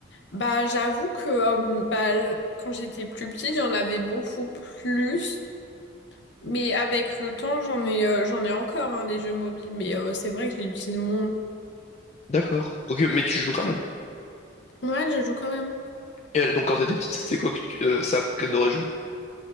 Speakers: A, on the left; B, on the left.
A: Bah, j'avoue que euh, bah, l- quand j'étais plus petite, j'en avais beaucoup plus. Mais avec le temps, j'en ai, euh, j'en ai encore hein, des jeux mobiles. Mais euh, c'est vrai que je les utilise moins.
B: D'accord. Ok, mais tu joues quand même.
A: Ouais, je joue quand même.
B: Et elle- donc quand t'étais petite, c'était quoi que tu... euh, c'est à quoi que t'adorais jouer?